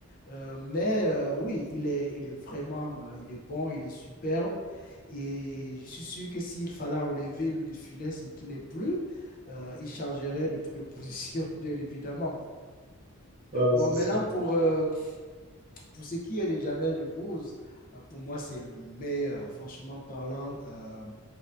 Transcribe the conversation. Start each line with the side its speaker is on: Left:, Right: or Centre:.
Left: Euh, mais euh, oui, il est, il est vraiment, euh, il est bon, il est superbe. Et je suis sûr que s'il fallait enlever lui de Funès, ce qui n'est plus, euh, il changerait de, de position, <laughs> bien évidemment.
Right: ouais,
Left: Bon,
Right: c'est
Left: maintenant,
Right: sûr.
Left: pour, euh, pour ce qui est de Jamel Debbouze, euh, pour moi, c'est le meilleur, franchement parlant. euh,